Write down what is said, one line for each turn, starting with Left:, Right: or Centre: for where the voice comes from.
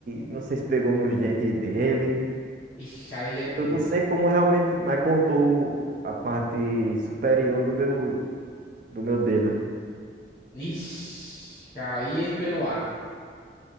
Right: não sei se pegou nos dentes dele.
Left: Ixi, aí é pedra.
Right: Eu não sei como realmente, mas cortou a parte superior do meu, do meu dedo.
Left: Ixi, aí ele pegou ar.